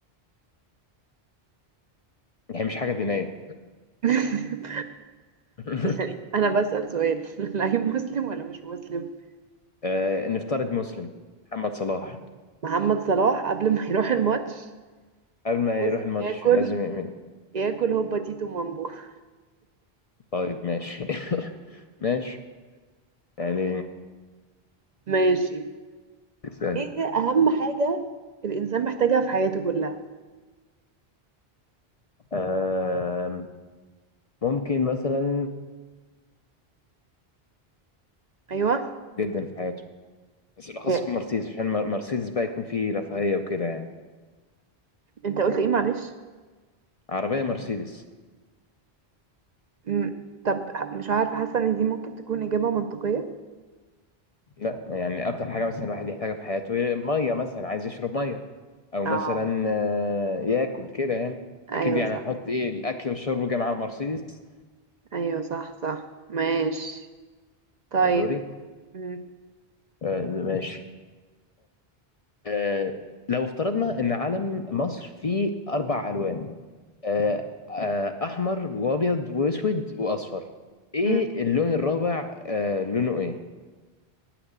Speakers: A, on the left (about 45°); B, on the right (about 50°).
A: هي مش حاجة دينية
B: <laughs>
A: <laughs>
B: يعني انا بسأل سؤال <laughs> اللعيب مسلم ولا مش مسلم
A: آه نفترض مسلم محمد صلاح
B: محمد صلاح قبل ما يروح الماتش
A: قبل ما
B: لازم
A: يروح الماتش
B: ياكل
A: لازم يعمل إيه؟
B: ياكل هوبا تيتو مامبو <laughs>
A: طيب ماشي <laughs> ماشي يعني
B: ماشي
A: اسأل
B: ايه اهم حاجة الانسان محتاجها في حياته كلها
A: آم، ممكن مثلا
B: ايوه
A: جدا في حياته بس بالاخص
B: <laughs>
A: يكون مرسيدس عشان مر- مرسيدس بقى يكون فيه رفاهيه وكده يعني
B: انت قلت ايه معلش
A: عربيه مرسيدس
B: مم. طب مش عارفة حاسة ان دي ممكن تكون اجابة منطقية
A: لا يعني اكتر حاجه مثلا الواحد يحتاجها في حياته ميه مثلا عايز يشرب ميه او
B: اه
A: مثلا آه، ياكل كده يعني
B: ايوه
A: اكيد يعني
B: صح
A: هنحط ايه الاكل والشرب جنب على مرسيدس
B: ايوه صح صح ماشي طيب
A: يا دوري
B: م-
A: آه، ماشي آه، لو افترضنا ان علم مصر فيه اربع الوان آه، آه، احمر وابيض واسود واصفر ايه
B: م-
A: اللون الرابع آه، لونه ايه